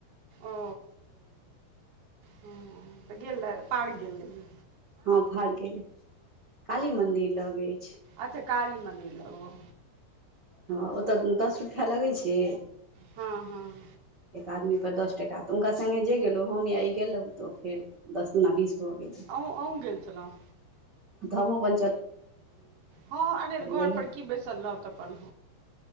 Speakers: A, on the right (about 45°); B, on the right (about 65°).
A: ओ, ह, तऽ गेलय पार्क गेल रहि।
B: हँ फड़ि गेल काली मन्दिर लग अइछ।
A: अच्छा काली मन्दिर लब ओ, हो।
B: हँ ओ तऽ दस रुपैया लगै छै।
A: हँ -हँ
B: एक आदमी पर दस टाका, तऽ हुनका सङ्गे जे गेलहुँ हम या ई गेलहुँ तऽ फेर दस दुना बीस। भऽ गेल
A: आँहु आँहु गेल छलहुँ।
B: धामो बड।
A: हँ अंनेर घर
B: गेलहुँ
A: पर की बैसल रहब तऽ अपन।